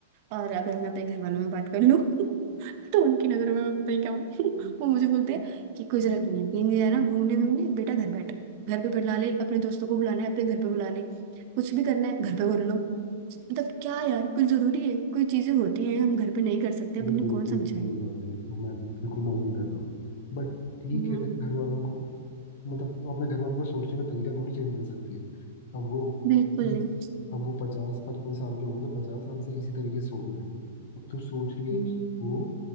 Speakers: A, on the right; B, on the left.
A: और अगर मैं अपने घर वालों में बात कर लूँ तो उनकी नजरों में मैं पता नहीं क्या हूँ <laughs> वो मुझे बोलते हैं कि कोई जरूरत नहीं है कहीं नहीं जाना घूमने घूमने बेटा घर बैठ घर पे बुला ले अपने दोस्तों को बुलाना है अपने घर पे बुला ले कुछ भी करना है घर पे कर लो मतलब क्या यार कुछ जरूरी है कोई चीजें होती हैं हम घर पे नहीं कर सकते
B: अरे
A: अब उन्हें
B: बिल्कुल
A: कौन समझाए
B: सही बात है ये तो मैं बिल्कुल मैं वही कर रहा हूँ बट ठीक
A: हम्म
B: है तेरे घर वालों को मतलब वो अपने घर वालों का सोचने का तरीका थोड़ी चेंज कर सकती है अब वो
A: बिल्कुल
B: ठीक
A: नहीं
B: अब वो पचास पचपन साल के होंगे तो पचास साल से इसी तरीके से सोच रहे हैं अब तू सोच रही है
A: हम्म
B: कि वो